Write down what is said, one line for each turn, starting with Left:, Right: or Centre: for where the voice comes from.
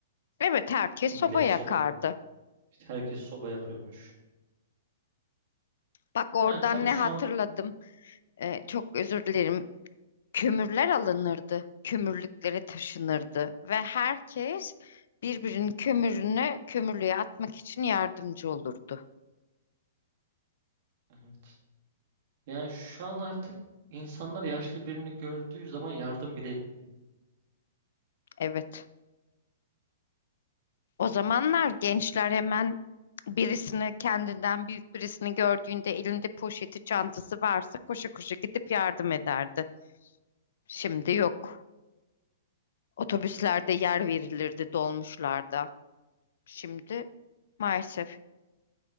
Left: Evet, herkes
Right: Millet
Left: soba yakardı.
Right: soba. İşte herkes soba yakıyormuş.
Left: Bak oradan
Right: Yani tabii
Left: ne
Right: şu
Left: hatırladım.
Right: an
Left: Ee, çok özür dilerim. Kömürler alınırdı, kömürlüklere taşınırdı ve herkes birbirinin kömürünü kömürlüğe atmak için yardımcı olurdu.
Right: evet. Yani şu an artık insanlar yaşlı birini gördüğü zaman yardım bile etmiyor.
Left: Evet. O zamanlar gençler hemen birisini kendinden büyük birisini gördüğünde elinde poşeti çantası varsa koşa koşa gidip yardım ederdi. Şimdi yok. Otobüslerde yer verilirdi dolmuşlarda. Şimdi maalesef